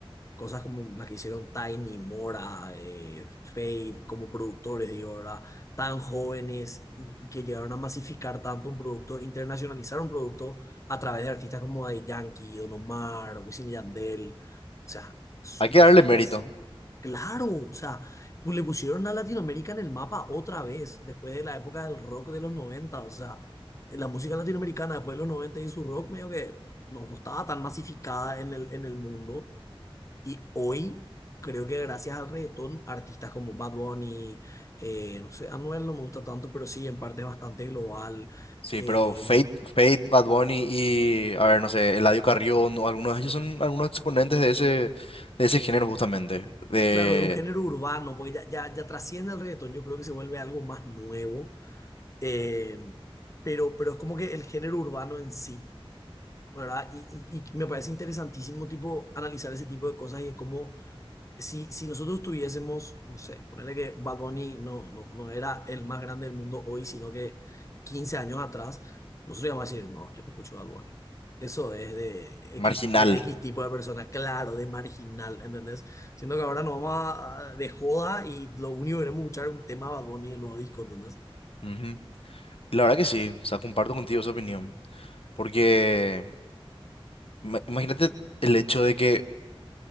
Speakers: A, on the left (about 30°); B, on the left (about 70°).
A: cosas como las que hicieron Tiny, Mora, eh, Fade, como productores, digo, ¿verdad? Tan jóvenes y, y que llegaron a masificar tanto un producto, internacionalizar un producto a través de artistas como Daddy Yankee, Don Omar, Wisin y Yandel. O sea, son
B: Hay que
A: cosas
B: darle
A: que
B: mérito.
A: no son. Claro, o sea, pues le pusieron a Latinoamérica en el mapa otra vez, después de la época del rock de los 90, o sea, la música latinoamericana después de los 90 y su rock medio que no, no estaba tan masificada en el, en el mundo y hoy creo que gracias al reggaetón, artistas como Bad Bunny, eh, no sé, Anuel no me gusta tanto, pero sí, en parte es bastante global.
B: Sí,
A: eh,
B: pero Fate, Fate, Bad Bunny y, a ver, no sé, Eladio Carrión o algunos de ellos son algunos exponentes de ese, de ese género justamente, de
A: claro, de un género urbano, porque ya, ya, ya trasciende el reggaetón, yo creo que se vuelve algo más nuevo. eh, pero, pero es como que el género urbano en sí, ¿verdad? Y, y, y me parece interesantísimo, tipo, analizar ese tipo de cosas y de cómo si, si nosotros tuviésemos, no sé, ponerle que Bad Bunny no, no, no era el más grande del mundo hoy, sino que 15 años atrás, nosotros íbamos a decir, no, yo no escucho Bad Bunny. Eso es de X,
B: marginal.
A: de X tipo de persona, claro, de marginal, ¿entendés? Siendo que ahora nos vamos a- a- de joda y lo único que queremos escuchar es un tema de Bad Bunny en el nuevo disco, ¿entendés?
B: Ujú. Y La verdad que sí, o sea, comparto contigo esa opinión. Porque ima- imagínate el hecho de que